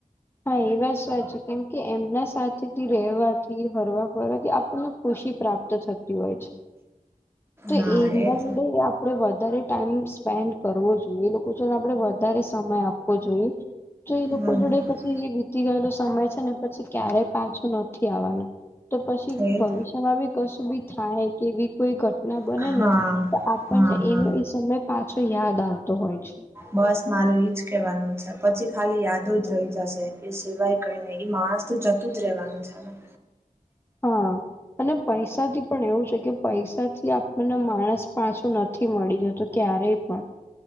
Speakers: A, on the left; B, on the right.
A: હા એ વાત સાચી કેમ કે એમના સાથેથી રહેવાથી ફરવા ફરવાથી આપણા ખુશી પ્રાપ્ત થતી હોય છે તો
B: હા
A: એમના
B: એજ
A: જોડે આપડે વધારે ટાઈમ સ્પેન્ડ કરવો જોએ એ લોકો જો ને આપડે વધારે સમય આપવો જોઈએ તો એ લોકો
B: હમ હમ
A: જોડે પછી એ તી ગયેલો સમય છે ને પછી ક્યારેય પાછું નથી આવવાનું તો પછી
B: એજ
A: ભવિષ્યમાં બી કશું બી થાય કે બી કોઈ ઘટ બનેને
B: હા
A: તો આપણને
B: હા હા
A: એનો એ સમય પાછો યાદ આવતો હોય છે
B: બસ મારું ઈજ કેવાનું છે પછી ખાલી યાદો જ રહી જશે એ સિવાય કઈ નને માણસ તો જતું જ રહેવાનું છે આપ
A: હા અને પૈસાથી પણ એવું છે કે પૈસા થી આપણને માણસ પાછો નથી મળી જતો ક્યારેય પણ